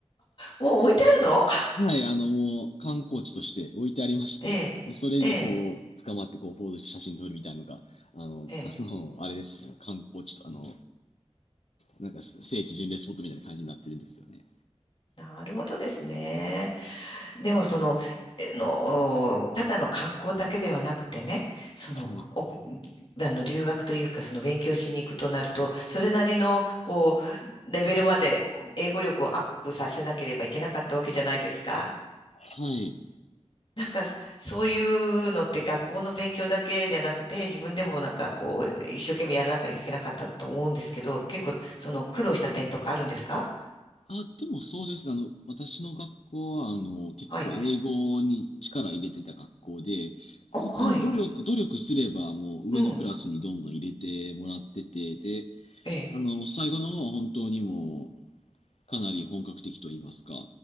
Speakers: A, on the left (about 50°); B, on the left (about 70°).
A: お、置いてあるの
B: はい、あの、もう観光地として置いてありまして、
A: ええ、
B: でそれにこう、
A: ええ、
B: 捕まってこう、ポーズして写真撮るみたいなのが、あの、
A: ええ。
B: あの、あれですね、観光地と、あの、なんか聖地巡礼スポットみたいな感じになってるんですよね。
A: なるほどですね。でも、その、えの、ただの観光だけではなくてね、その、
B: はい。
A: お、あの、留学というか、その、勉強しに行くとなると、それなりの、こう、レベルまで英語力をアップさせなければいけなかったわけじゃないですか。
B: はい。
A: なんか、そういうのって学校の勉強だけじゃなくて、自分でもなんかこう、一生懸命やらなきゃいけなかったと思うんですけど、結構、その苦労した点とかあるんですか
B: あ、でもそうです。あの、私の学校は、あの、結構英語に力入れてた学校で、
A: はい。
B: こう本当に努力、
A: お、はい。
B: 努力すればもう上のクラスにどんどん入れてもらってて、
A: うん。
B: で、
A: ええ。
B: あの、最後の方は本当にもう、かなり本格的と言いますか、